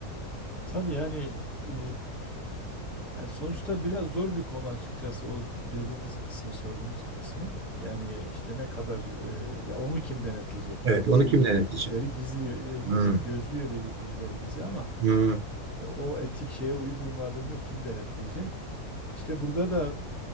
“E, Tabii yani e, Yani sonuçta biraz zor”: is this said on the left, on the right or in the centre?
Centre